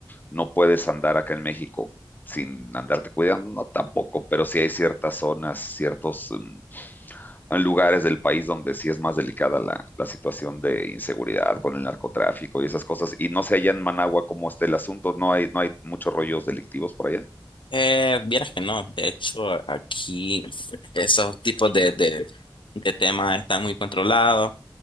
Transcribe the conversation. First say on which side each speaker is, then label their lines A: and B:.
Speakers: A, on the left; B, on the left.
A: no puedes andar acá en México sin andarte cuidando, no, tampoco, pero sí hay ciertas zonas, ciertos mm, en lugares del país donde sí es más delicada la, la situación de inseguridad con el narcotráfico y esas cosas. Y no sé allá en Managua cómo está el asunto, no hay, no hay muchos rollos delictivos por allá.
B: Eh, vieras que no, de hecho aquí esos tipos de, de, de temas están muy controlados,